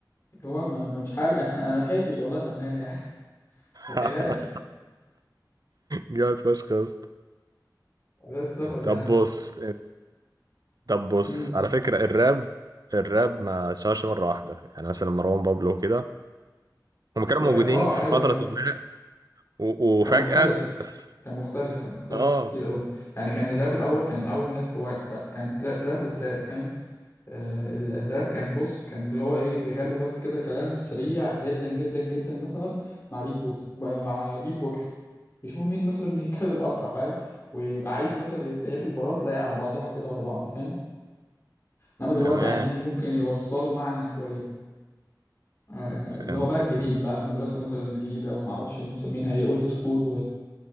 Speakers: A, on the left (about 40°); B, on the right (about 60°).
A: اللي هو ما ما- مش حاجه <laughs> انا ما لحقتش والله يا فنان يعني ما لحقناش
B: <laughs> جامد فشخ يا اسطى
A: ده السبب
B: طب بص طب بص
A: يعني
B: على فكره الراب الراب ما اتشهرش مره واحده يعني مثلا مروان بابلو كده هم كانوا
A: واه
B: موجودين في
A: ايوه
B: فتره
A: ايوه
B: ما و- وفجاه
A: كان مختلف
B: <laughs>
A: كان مختلف كان مختلف
B: اه
A: كتير قوي يعني كان الراب الاول كان الاول الناس هو بقى- كان ترا- راب وتراب فاهم آه ال- الراب كان بص كان اللي هو ايه بيغنوا بس كده كلام سريع جدا جدا جدا مثلا مع بيت بوكس مع بيت بوكس يشوفوا مين مثلا <laughs> بيتكلم اسرع فاهم ويبقى عايز مثلا يتقابل برات لايق على بعضها كده ورا بعض فاهم انما دلوقتي
B: تمام
A: عايزين ممكن يوصلوا معنى شويه آه اللي
B: فهمتك
A: هو بقى الجديد بقى المدرسه مثلا الجديده او معرفش مسمينها ايه اولد سكول